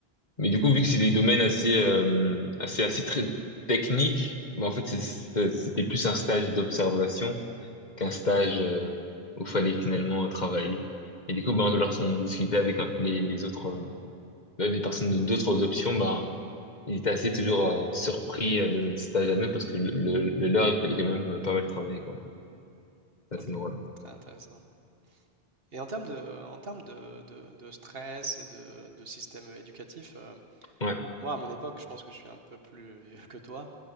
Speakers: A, on the left; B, on the right.
A: Mais du coup, vu que c'est des domaines assez, euh, assez, assez très techniques, bah, en fait, c'est- c'est- c'était plus un stage d'observation qu'un stage euh, où fallait finalement travailler. Et du coup, ben, lorsqu'on discutait avec un peu les, les autres, euh, les personnes de d'autres options, ben, ils étaient assez toujours euh, surpris euh, de notre stage à nous parce que le, le, le leur, il fallait quand même pas mal travailler, quoi. Ça,
B: ok,
A: c'est drôle.
B: très intéressant. Et en termes de, en termes de, de- de stress et de, de système éducatif, euh,
A: Ouais,
B: moi, à mon époque, je pense que je suis un peu plus <laughs> vieux que toi.